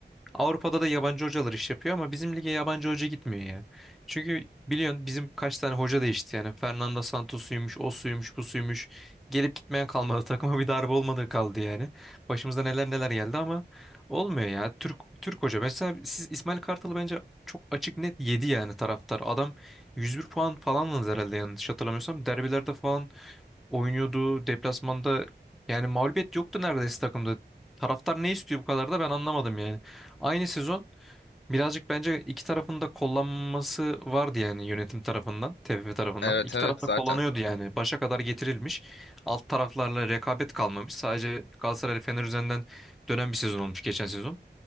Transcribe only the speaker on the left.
Evet
evet
zaten.